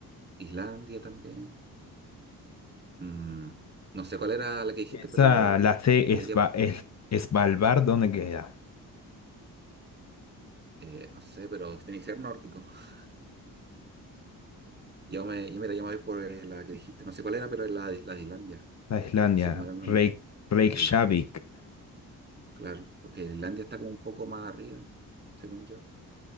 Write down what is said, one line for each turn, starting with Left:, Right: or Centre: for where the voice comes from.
Right: Islandia también. Mm, no sé cuál era la que dijiste,
Left: Esa,
Right: pero
Left: la C
Right: yo
Left: es,
Right: me diría,
Left: Sva- es- Svalbard, ¿dónde queda?
Right: eh, no sé, pero tiene que ser nórdico. <laughs> Yo me, yo mira, yo me voy por eh, la que dijiste. No sé cuál era, pero es la, de- la de Islandia.
Left: La de Islandia.
Right: No sé cómo era el nombre.
Left: Rey- Reykjavik.
Right: Sí. Claro, porque Islandia está como un poco más arriba, según yo.